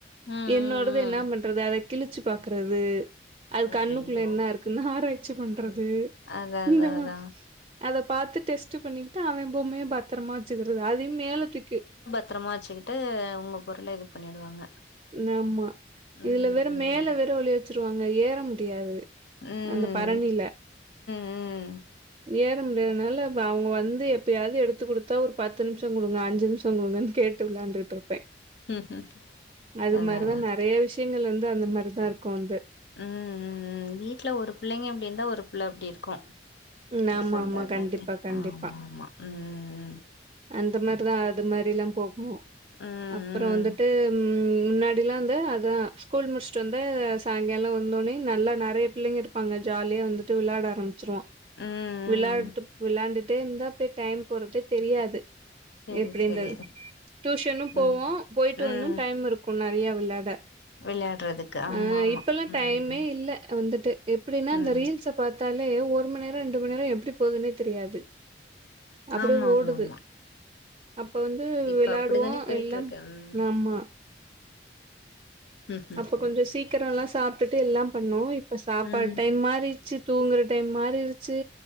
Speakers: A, on the left; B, on the right.
A: ம்
B: என்னோடது
A: ம் ம்
B: என்னா பண்றது அத கிழிச்சு பாக்குறது அது
A: அய்யய்யோ
B: கண்ணுக்குள்ள என்னா இருக்குன்னு ஆராய்ச்சி பண்றது,
A: அது அதா அதா
B: இந்த மா
A: அதா
B: அத பாத்து டெஸ்ட் பண்ணிக்கிட்டு அவே பொம்மைய பத்தரமா வெச்சுக்கறது அதயு மேல தூக்கி
A: பத்தரமா வெச்சுக்குட்டு உங்க பொருள இது பண்ணிடுவாங்க
B: நம்மா
A: ம்
B: இதுல வேற
A: ம்
B: மேல வேற ஒழிய வெச்சுருவாங்க ஏற முடியாது
A: ம்
B: அந்த பரணில்ல
A: ம்
B: ஏற முடியாதனால அப்ப அவுங்க வந்து எப்பயாது எடுத்து குடுத்தா ஒரு பத்து நிம்ஷோ குடுங்க அஞ்சு நிம்ஷோ குடுங்கன்னு கேட் டு விளாண்டுட்டு இருப்பே
A: ம்
B: அது
A: அதா
B: மாரிதா
A: அதா
B: நெறையா விஷ்யங்கள் வந்து அந்த மாரிதா இருக்கு வந்து
A: ம் ம் ம் வீட்டுல ஒரு புள்ளைங்க இப்டி இருந்தா ஒரு புள்ள அப்டி இருக்கு
B: ம்
A: அது
B: ஆமா
A: சொல்றாதானே
B: ஆமா கண்டிப்பா கண்டிப்பா
A: ஆமா ஆமா ம் ம் ம்
B: அந்த மாரிதா ஆவு அந்த மாரில்லா போகு
A: ம் ம்
B: அப்றோ
A: ம்
B: வந்துட்டு ம் முன்னாடில்லா வந்து அது அதா ஸ்கூல் முடிச்ட்டு வந்து சாயங்காலோ வந்தோன்னையு நல்லா நெறைய பிள்ளைங்க இருப்பாங்க ஜாலியா வந்துட் டு விளாட ஆரம்பிச்சிருவோ
A: ம் ம்
B: விளாட்டுப் விளாண்டுட்டே இருந்தா அப்டே டைம் போறதே தெரியாது
A: செரி
B: எப்டின்றது
A: செரி
B: டூஷனும் போவோ
A: ம்
B: போயிட்டு
A: ம்
B: வந்து டைம் இருக்கு கு நறையா வெளாட
A: விளையாடுறதுக்கு ஆமா
B: இ
A: ஆமா
B: இப்பல்லா
A: ம்
B: டைமே இல்ல வந்துட்டு எப்பிடினா இந்த
A: ம்
B: ரீல்ஸ பாத்தாலே ஒரு மண் நேரோ ரெண்டு மண் நேரோ எப்டி போதுன்னே தெரியாது அப்டியே
A: ஆமா ஆமா
B: ஓடுது
A: ஆமா
B: அப்ப வந்து
A: இப்ப
B: விளாடுவோ
A: அப்படித்தானே போயிட்டு
B: எல்லம்
A: இருக்கு ம்
B: ஆமா
A: ம்
B: அப்ப கொஞ்சோ சீக்கரோ எல்லா சாப்டுட்டு எல்லாம் பண்ணுவோ இப்ப சாப்பாடு
A: ம்
B: டைம் மாறிச்சு தூங்குற டைம் மாறிருச்சு